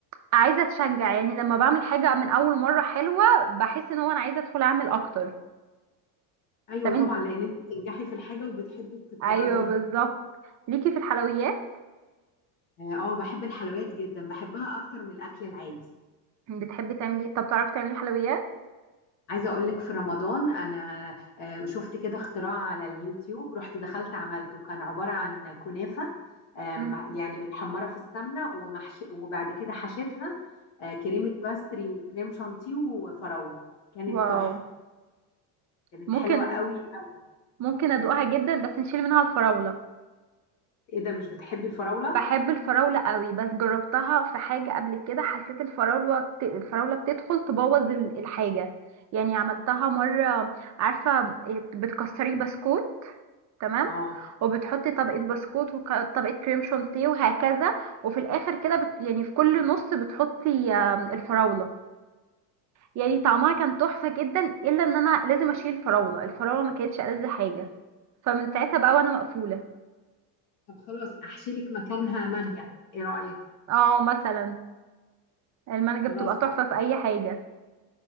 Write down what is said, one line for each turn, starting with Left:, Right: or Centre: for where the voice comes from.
Right: عايزه اتشجع يعني لما بعمل حاجه من اول مره حلوه بحس ان هو انا عايزه ادخل اعمل اكتر
Left: ايوه
Right: طب
Left: طبعا
Right: انت
Left: لان انت بتنجحي في الحاجه وبتحبي تكرريها
Right: ايوه بالظبط ليكي في الحلويات
Left: اه آه، بحب الحلويات جدا بحبها اكتر من الاكل العادي
Right: بتحبي تعملي إيه؟ طب تعرفي تعملي حلويات
Left: عايزة أقول لك في رمضان أنا آه، شفت كده اختراع على اليوتيوب رحت دخلت عملته كان عبارة عن كنافة آه،
Right: مم.
Left: مع- يعني متحمرة في السمنة ومحش وبعد كده حشيتها آه، كريمة باستري وكريم شانتيه وفراولة كانت
Right: واو
Left: تحفة كانت
Right: ممكن
Left: حلوة قوي قوي
Right: ممكن ادوقها جدا بس نشيل منها الفراوله
Left: إيه ده مش بتحبي الفراولة؟
Right: بحب الفراولة قوي بس جربتها في حاجة قبل كده حسيت الفراولة بت... الفراولة بتدخل تبوظ ال- الحاجة يعني عملتها مرة عارفة إيه، بتكسري بسكوت تمام
Left: آه
Right: وبتحطي طبقة بسكوت وطبقة كريم شانتيه وهكذا وفي الآخر كده بت... يعني في كل نص بتحطي آم، الفراولة يعني طعمها كان تحفة جدا إلا إن أنا لازم أشيل الفراولة الفراولة ما كانتش ألذ حاجة فمن ساعتها بقى وأنا مقفولة
Left: طب خلاص أحشي لك مكانها مانجا إيه رأيك؟
Right: اه مثلا المانجا
Left: خلاص
Right: بتبقى تحفة في أي حاجة